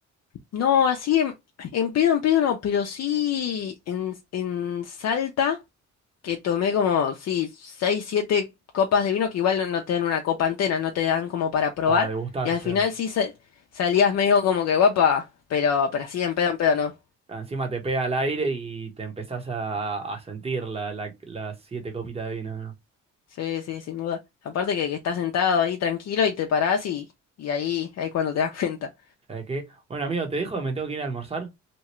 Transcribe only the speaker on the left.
No, así en, en pedo, en pedo no, pero sí en, en Salta, que tomé como, sí, seis, siete copas de vino, que igual no, no te dan una copa entera, no te dan como para probar,
y al
final sí sa- salías medio como que guapa, pero, pero así en pedo, en pedo no.
Sí, sí, sin duda. Aparte que, que estás sentado ahí tranquilo y te parás y, y ahí, ahí es cuando te das cuenta.